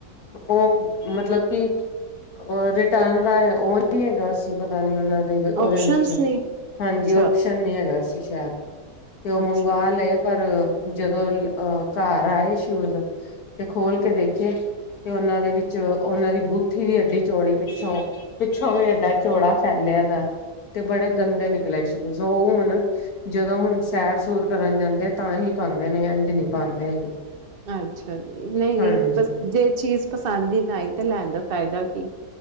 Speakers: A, on the left; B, on the right.
A: ਉਹ ਮਤਲਬ ਕਿ ਉਹ ਰਿਟਰਨ ਦਾ ਉਹ ਨਹੀਂ ਹੈਗਾ ਅਸੀ ਪਤਾ ਨੀ ਉਹਨਾ ਉਹਦੇ
B: ਓਪਸ਼ਨਸ
A: ਵਿੱਚ
B: ਨੇ
A: ਹਾਂਜੀ
B: ਅੱਛਾ
A: ਓਪਸ਼ਨ ਨੀ ਹੈਗਾ ਸੀ <unintelligible> ਕਿ ਉਹ
B: ਅੱਛਾ
A: ਮੰਗਵਾ ਲਏ ਪਰ ਜਦੋਂ ਅਹ ਘਰ ਆਏ ਸ਼ੂਜ ਤੇ ਖੋਲ ਕੇ ਦੇਖੇ ਤੇ ਉਹਨਾਂ ਦੇ ਵਿੱਚ ਉਹਨਾਂ ਦੀ ਬੂਥੀ ਵੀ ਐਡੀ ਚੋੜੀ ਪਿੱਛੋਂ ਪਿੱਛੋਂ ਵੀ ਐਡਾ ਚੌੜਾ ਫੈਲਿਆ ਦਾ ਤੇ ਬੜੇ ਗੰਦੇ ਨਿਕਲੇ ਸ਼ੂਜ਼ ਉਹ ਹੁਣ ਜਦੋਂ ਹੁਣ ਸੈਰ ਸੂਰ ਕਰਨ ਜਾਂਦੇ ਤਾਂ ਹੀ ਪਾਉਂਦੇ ਨੇ ਇੰਝ ਨਹੀਂ ਪਾਉਂਦੇ ਹੈਗੇ
B: ਅੱਛਾ ਜੀ ਨਹੀਂ
A: ਹਾਂਜੀ
B: ਨਹੀਂ ਜੇ ਚੀਜ਼ ਪਸੰਦ ਹੀ ਨਾ ਆਈ ਤੇ ਲੈਣ ਦਾ ਫਾਇਦਾ ਕੀ